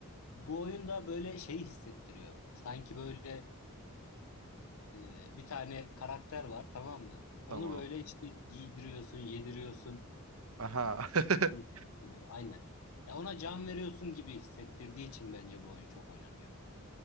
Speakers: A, on the left; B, on the right.
A: Bu oyunda böyle şeyi hissettiriyor. Sanki böyle e, bir tane karakter var tamam mı? Onu
B: Tamam.
A: böyle işte giydiriyorsun, yediriyorsun.
B: Aha. <laughs>
A: gibi hissettiriyor. Aynen. Ya ona can veriyorsun gibi hissettirdiği için bence bu oyun çok oynanıyor.